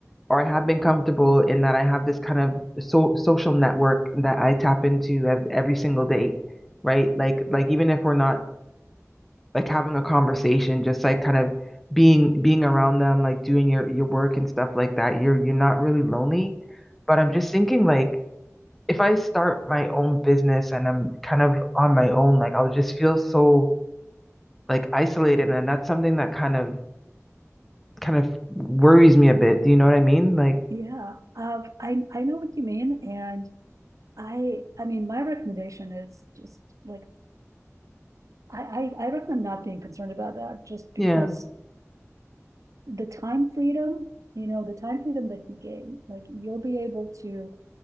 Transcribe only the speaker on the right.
Yeah, uh, I I know what you mean, and I I mean my recommendation is just like I, I I recommend not being concerned about that, just because
the time freedom, you know, the time freedom that you gain, like you'll be able to,